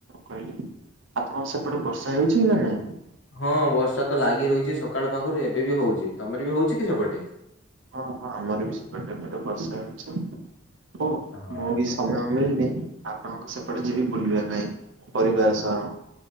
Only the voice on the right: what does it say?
କହିଲି ଆପଣଙ୍କ ସେପଟେ ବର୍ଷା ହେଉଛି କି ନା ନାଇଁ?
ହଁ ହଁ ଆମର ବି ସେପଟେ ଏପଟେ ବର୍ଷା ହେଉଛି ହୁଁ
ମୁଁ ବି ସମୟ ମିଳଲେ ଆପ ଆପଣଙ୍କ ସେପଟେ ଯିବି ବୁଲିବା ପାଇଁ ପରିବାର ସହ।